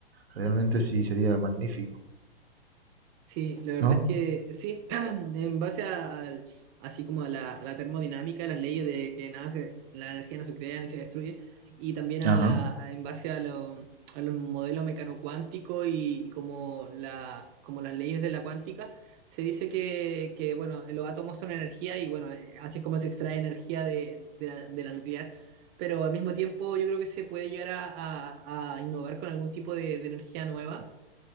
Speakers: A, on the right (about 75°); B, on the right (about 30°).
A: realmente sí sería magnífico,
B: Sí, la verdad
A: ¿no?
B: es que sí, <clears throat> en base a, al- así como a la, a la termodinámica, las leyes de que nada se- la energía no se crea ni se destruye, y también a
A: Ajá.
B: la, a- en base a, lo- a los modelos mecanocuánticos y, y como, la, como las leyes de la cuántica, se dice que, que, bueno, los átomos son energía y bueno, eh, así es como se extrae energía de, de la, de la nuclear, pero al mismo tiempo yo creo que se puede llegar a, a- a innovar con algún tipo de de energía nueva